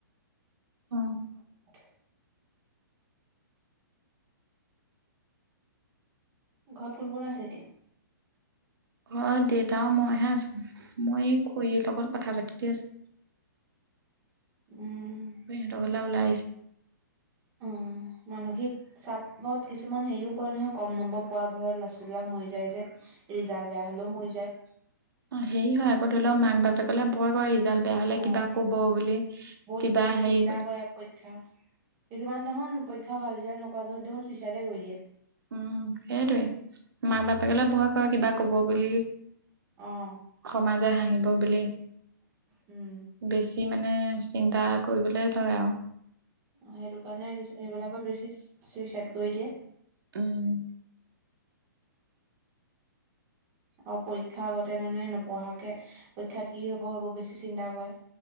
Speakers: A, on the right; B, on the right.
A: অ
B: <unintelligible> ঘৰত কোন কোন আছে এতিয়া
A: ঘৰত দেউতা আৰু মইহে আছো মই খুৰীৰ লগত কথা পাতি আছো
B: উম
A: খুৰীহঁতৰ ঘৰলে ওলাই আহিছো
B: উম, মানসিক- চাপত কিছুমান হেৰিও পৰে নহয়, কম নম্বৰ পোৱা ভয়ত লৰাছোৱালীবিলাক মৰি যায় যে। ৰিজাল্ট বেয়া হ'লেও মৰি যায়।
A: অঁ হেৰি হয় আকৌ ধৰি লক মাক বাপেক- লে ভয় কৰে ৰিজাল্ট বেয়া হলে
B: অ
A: কিবা কব বুলি,
B: বহুত
A: কিবা
B: বেছি
A: হেৰি
B: চিন্তা
A: বু-
B: কৰে পৰীক্ষা কিছুমান দেখোন পৰীক্ষা ভাল ৰিজাল্ট নকৰা যদিও চুইচাইডে কৰি দিয়ে।
A: উম, সেইটোৱে মাক বাপেকলৈ ভয় কৰে কিবা কব বুলি।
B: অঁ।
A: সমাজে হাঁহিব বুলি।
B: উম।
A: বেছি মানে চিন্তা কৰিবলৈ লয় আৰু।
B: অঁ সেইটো কাৰণে এইবিলাকত বেছি ছুই-চুইচাইদ কৰি দিয়ে।
A: উম।
B: আৰু পৰীক্ষা আগতে মানে নপঢ়াকে, পৰীক্ষাত কি হ'ব এইবোৰ বেছি চিন্তা কৰে।